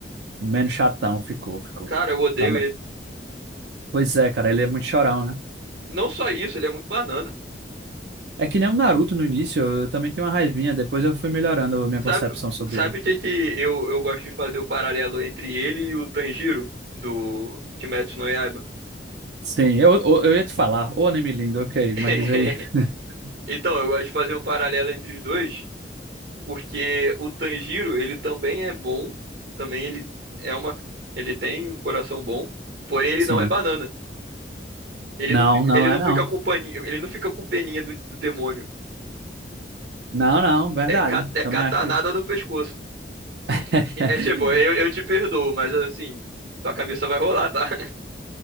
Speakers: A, on the right (about 75°); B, on the right (about 60°).
A: Menos chatão ficou, ficou.
B: Cara, eu odeio
A: Tá-
B: ele.
A: pois é, cara, ele é muito chorão, né?
B: Não só isso, ele é muito banana.
A: É que nem o Naruto no início, eu também tinha uma raivinha, depois eu fui melhorando a minha
B: Sabe,
A: concepção sobre
B: sabe
A: ele.
B: o que que eu, eu gosto de fazer o paralelo entre ele e o Tanjiro do Kimetsu no Yaiba?
A: Sim, eu, eu, eu ia te falar, ô anime lindo, ok,
B: <laughs>
A: mas diz aí. <laughs>
B: Então, eu gosto de fazer um paralelo entre os dois, Porque o Tanjiro, ele também é bom, também ele é uma, ele tem um coração bom, porém ele
A: Sim.
B: não é banana. Ele
A: Não,
B: não fica,
A: não
B: ele
A: é
B: não
A: não.
B: fica com paninho, ele não fica com peninha do, do demônio.
A: Não, não, verdade.
B: É, ca- é
A: Também
B: catanada
A: acho isso.
B: no pescoço.
A: <laughs>
B: É tipo, eu, eu te perdoo, mas assim, tua cabeça vai rolar, tá? <laughs>